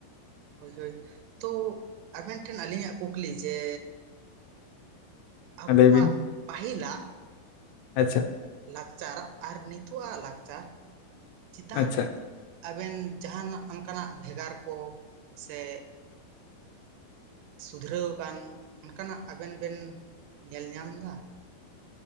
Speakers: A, on the right; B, on the left.
A: ᱦᱳᱭ ᱦᱳᱭ ᱛᱚ ᱟᱵᱮᱱ ᱴᱷᱮᱱ ᱟᱹᱞᱤᱧᱟᱜ ᱠᱩᱠᱞᱤ ᱡᱮ ᱟᱵᱚᱣᱟᱜ
B: ᱞᱟᱹᱭ ᱵᱤᱱ
A: ᱯᱟᱹᱦᱤᱞᱟᱜ
B: ᱟᱪᱪᱷᱟ
A: ᱞᱟᱠᱪᱟᱨ ᱟᱨ ᱱᱤᱛᱚᱜ ᱟᱜ ᱞᱟᱠᱪᱟᱨ ᱪᱮᱛᱟᱱ
B: ᱟᱪᱪᱷᱟ
A: ᱨᱮ ᱟᱵᱮᱱ ᱡᱟᱦᱱᱟᱜ ᱚᱱᱠᱟᱱᱟᱜ ᱵᱷᱮᱜᱟᱨ ᱠᱚ ᱥᱮ ᱥᱩᱫᱷᱨᱟᱹᱣ ᱟᱠᱟᱱ ᱚᱱᱠᱟᱱᱟᱜ ᱟᱵᱮᱱ ᱵᱮᱱ ᱧᱮᱞ ᱧᱟᱢ ᱮᱫᱟ